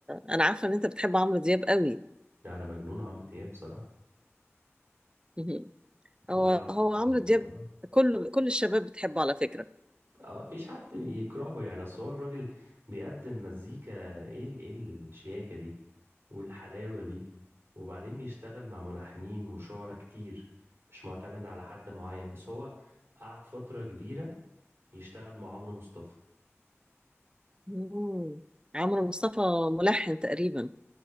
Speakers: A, on the right; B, on the right.
A: انا عارفة ان انت بتحب عمرو دياب قوي
B: أنا مجنون عمرو دياب بصراحة
A: <laughs> هو
B: لا لا عمرو
A: هو عمرو
B: آه.
A: دياب كل كل الشباب بتحبه على فكرة
B: اه مفيش حد يكرهه يعني اصل هو الراجل بيقدم مزيكا ايه ال- ايه الشياكة دي والحلاوة دي وبعدين بيشتغل مع ملحنين وشعراء كتير مش معتمد على حد معين بس هو قعد فترة كبيرة يشتغل مع عمرو مصطفى
A: مم. عمرو مصطفى ملحن تقريبا